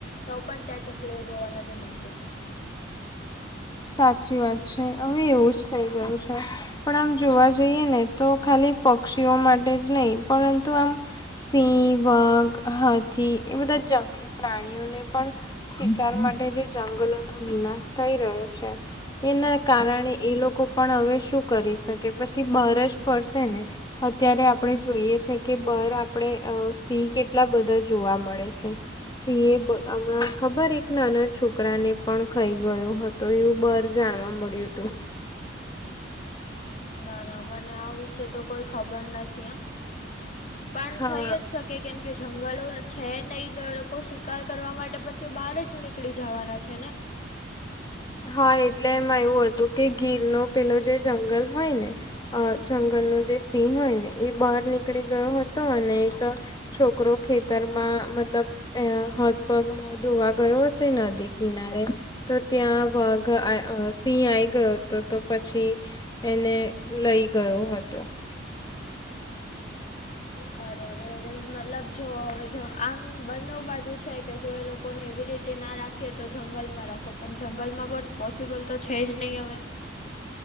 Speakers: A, on the left; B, on the left.
A: તો પણ ત્યાં ચકલીઓ જોવા નથી મળતી.
B: સાચી વાત છે હવે એવું જ થઈ ગયું છે. પણ આમ જોવા જઈએ ને તો ખાલી પક્ષીઓ માટે જ નહીં પરંતુ આમ સિંહ વાઘ હાથી એ બધા જંગલી પ્રાણીઓને પણ શિકાર માટે જે જંગલોનો વિનાશ થઈ રહ્યો છે. એના કારણે એ લોકો પણ હવે શું કરી શકે, પછી બહાર જ ફરશે ને? અત્યારે આપણે જોઈએ છે કે બાર આપણે અ સિંહ કેટલા બધા જોવા મળે છે? સિંહે હમણાં ખબર એક નાના છોકરાને પણ ખાઈ ગયો હત. તો એવું બાર જાણવા મળ્યું તું.
A: ના ના મને આ વિશે તો કોઈ ખબર નથી હા. પણ
B: હા.
A: થઈ અ જ શકે કેમ કે જંગલો છે નહી તો એ લોકો શિકાર કરવા માટે પછી બહાર જ નીકળી જવાના છે ને.
B: હા એટલે એમાં એવું હતું કે ગીરનું પેલુ જે જંગલ હોય ને. અ જંગલનો જે સિંહ હોય ને એ બહાર નીકળી હતો અને એક છોકરો ખેતરમાં મતલબ અ હાથ પગ મો ધોવા ગયો હશે નદી કિનારે તો ત્યાં વાઘ અ સિંહ આઈ ગયો તો, તો પછી એને લઈ ગયો હતો.
A: અરે રે રે રે મતલબ જો હવે જો આમ બંને બાજુ છે કે જો એ લોક ને એવી રીતે ના રાખીએ તો જંગલમાં રાખો પણ જંગલમાં પણ પોસિબલ તો છે જ નહીં હવે.